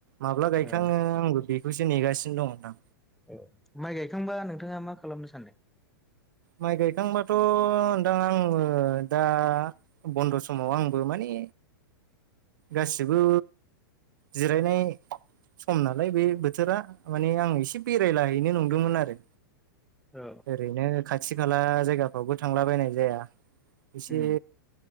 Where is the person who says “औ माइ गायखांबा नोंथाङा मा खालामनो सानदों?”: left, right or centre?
Centre